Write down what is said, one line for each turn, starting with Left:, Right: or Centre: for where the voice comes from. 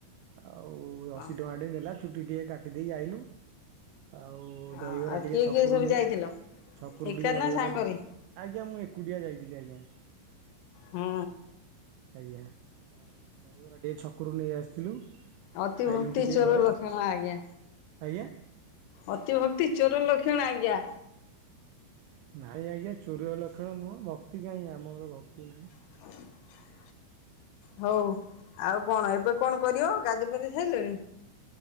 Right: ଆଉ
Left: ହଁ
Right: ଅଶୀ ଟଙ୍କାଟେ ନେଲା ଚୁଟି ଟିକେ କାଟି ଦେଇକି ଆଇଲୁ। ଆଉ
Left: ହଁ
Right: ଦହିବରା
Left: ଆଉ କିଏ
Right: ଟିକେ ଛକରୁ
Left: କିଏ ସବୁ
Right: ନେଇ।
Left: ଯାଇଥିଲ
Right: ଛକରୁ
Left: ଏକା
Right: ଟିକେ ଦହିବରାଟେ
Left: ନା ସାଙ୍ଗରେ?
Right: ଆଜ୍ଞା ମୁଁ ଏକୁଟିଆ ଯାଇଥିଲି ଆଜ୍ଞା।
Left: ହଁ।
Right: ଆଜ୍ଞା। ଆଉ ଦହିବରା ଟିକେ ଛକରୁ ନେଇ ଆସିଥିଲୁ।
Left: ଅତି
Right: ଖାଇଲୁ
Left: ଭକ୍ତି
Right: ଟିକେ
Left: ଚୋର
Right: ଘରେ
Left: ଲକ୍ଷଣ ଆଜ୍ଞା।
Right: ଆଜ୍ଞା
Left: ଅତିଭକ୍ତି ଚୋର ଲକ୍ଷଣ ଆଜ୍ଞା।
Right: ନାଇଁ ଆଜ୍ଞା ଚୋର ଲକ୍ଷଣ ନୁହଁ ଭକ୍ତି କାହିଁ ଆମର ଭକ୍ତି ନାହିଁ।
Left: <inaudible> ହଉ ଆଉ କଣ ଏବେ କଣ କରିବ? ଗାଧେଇ ପାଧେଇ ସାଇଲେଣି।